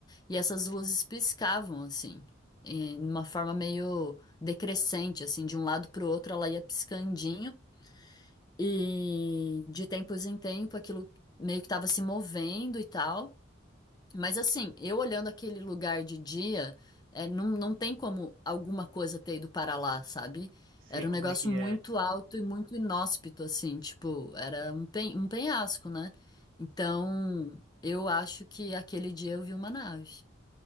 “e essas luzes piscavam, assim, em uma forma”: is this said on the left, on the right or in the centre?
Left